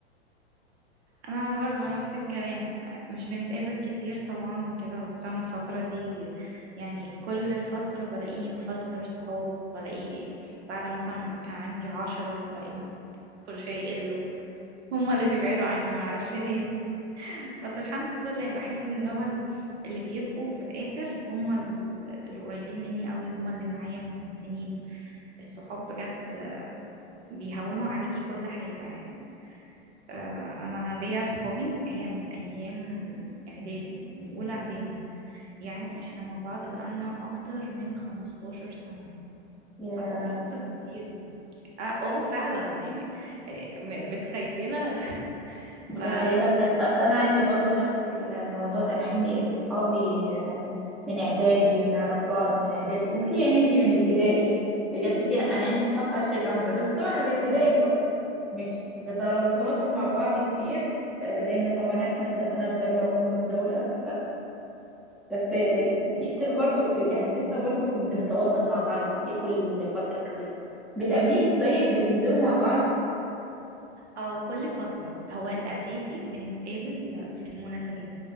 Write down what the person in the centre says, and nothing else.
يا
متخيلة
بجد اصل انا عندي برضو نفس ال- الموضوع ده انا عندي صحابي من من اعدادي ونعرف بعض من اعدادي وفي عندي من ابتدائي بجد في انا عندي صحاب عشرة عمر بس طبعا الابتدائي دول مش بنتواصل مع بعض كتير آه، لان طبعا احنا في د- انا في دولة وهم في دولة بس ستيل برضو يعني لسه برضو بنتواصل مع بعض لكل فترة كبيرة بتقابليهم طيب بتنزلوا مع بعض